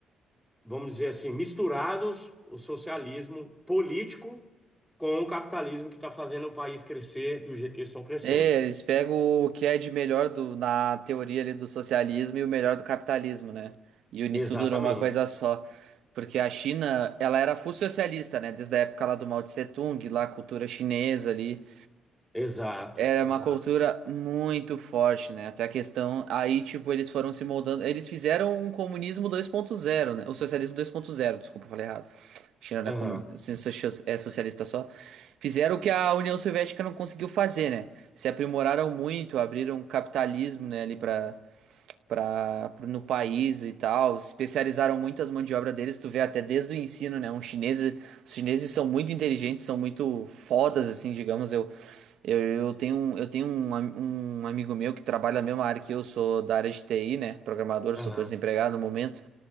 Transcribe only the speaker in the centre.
vamos dizer assim, misturados o socialismo político com o capitalismo que está fazendo o país crescer do jeito que eles estão crescendo.
Exatamente.
Exato,
exato.
Aham,
aham,